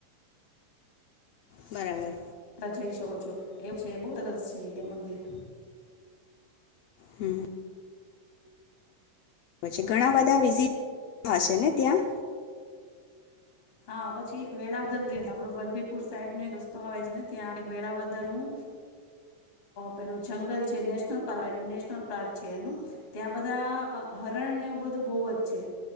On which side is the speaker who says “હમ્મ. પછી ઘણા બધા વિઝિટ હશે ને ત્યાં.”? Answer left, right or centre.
Left